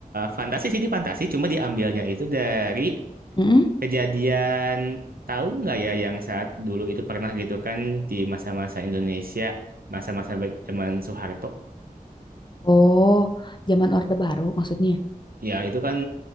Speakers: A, on the right (about 75°); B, on the left (about 30°).
A: fantasi sih ini fantasi, cuma diambilnya itu dari
B: mm-mm,
A: kejadian tahu nggak ya yang saat dulu itu pernah gitu kan di masa-masa Indonesia, masa-masa ba- zaman Soeharto.
B: Oh, zaman Orde Baru maksudnya.
A: Ya itu kan